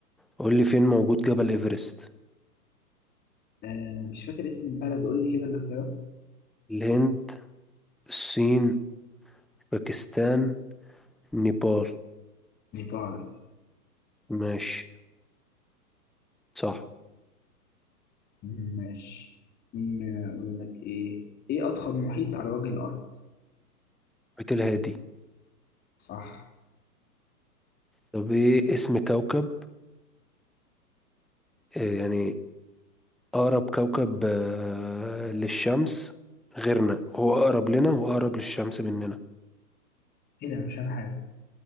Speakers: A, in the centre; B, on the left (about 20°).
A: قول لي فين موجود جبل إيفرست
B: آه مش فاكر اسم البلد قول لي كده الاختيارات
A: الهند الصين باكستان نيبال
B: نيبال
A: ماشي صح
B: ماشي م- أقول لك إيه إيه أضخم محيط على وجه الأرض؟
A: محيط الهادي
B: صح
A: طب ايه اسم كوكب آه، يعني أقرب كوكب آه، للشمس غيرنا هو أقرب لنا وأقرب للشمس مننا
B: إيه ده مش فاهم حاجة